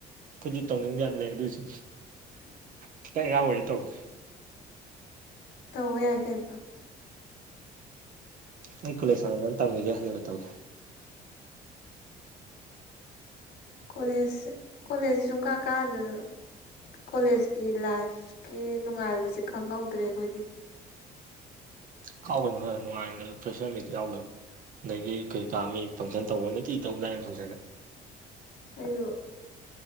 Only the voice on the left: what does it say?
ꯇꯧꯕ ꯌꯥꯏ ꯀꯩꯅꯣ
ꯀꯣꯂꯦꯖꯁꯦ ꯀꯣꯂꯦꯖꯁꯦ ꯁꯨꯡ ꯀꯥ ꯀꯥꯗꯗꯅ ꯀꯣꯂꯦꯖꯀꯤ ꯂꯥꯏꯐꯀꯤ ꯅꯨꯡꯉꯥꯏꯕꯁꯦ ꯈꯪꯍꯧꯗ꯭ꯔꯦ ꯑꯩꯈꯣꯏꯗꯤ
ꯑꯩꯗꯣ